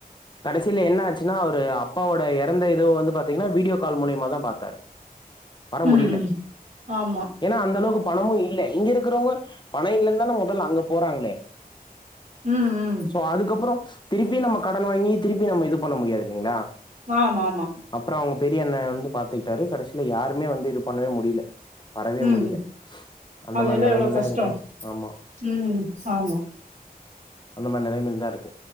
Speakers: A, on the left; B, on the right.
A: கடைசியில என்ன ஆச்சின்னா அவுரு அப்பாவோட எறந்த இதுவு வந்து பாத்தீங்கன்னா வீடியோ கால் மூலியமா தா பாத்தாரு வர
B: ம்
A: முடியில
B: ம் ஆமா
A: ஏனா அந்த அளவுக்கு பணமு இல்லே இங்க இருக்குறவுங்க பண இல்லன்தான மொதல அங்க போறாங்ளே
B: ம் ம்
A: சோ அதுக்கப்புறோ திருப்பியு நம்ம கடன் வாங்கி திருப்பி நம்ம இது பண்ண முடியாது இல்லைங்ளா
B: ஆமா ஆமா
A: அப்பறோ அவுங்க பெரிய அண்ண வந்து பாத்துக்கிட்டாரு கடைசியில யாருமே வந்து இது பண்ணவே முடியில வரவே
B: ம்
A: முடில அந்த
B: அதெல்லா
A: மாரி நெலமதா
B: எவ்ளோ கஷ்டோ
A: எனக்கு ஆமா
B: ம் சாமா
A: அந்த மாரி நெலமையில் தா இருக்கு